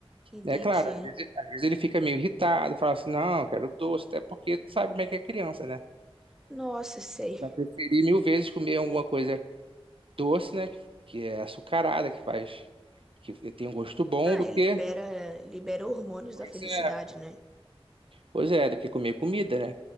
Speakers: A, in the centre; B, on the right (about 60°).
A: Entendi.
B: É claro, às vezes, às vezes ele fica meio irritado, fala assim, não, eu quero doce, até porque tu sabe como é que é criança, né?
A: Nossa, sei.
B: Vai preferir mil vezes comer alguma coisa doce, né? Que, que é açucarada, que faz, que tem um gosto bom
A: Ah,
B: do
A: ele
B: que.
A: libera, libera hormônios
B: Pois
A: da felicidade,
B: é.
A: né?
B: Pois é, do que comer comida, né?